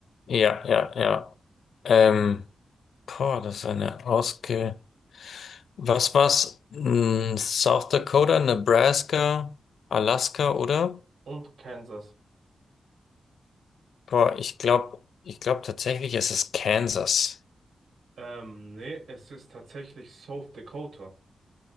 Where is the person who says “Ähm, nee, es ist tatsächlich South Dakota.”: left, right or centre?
Right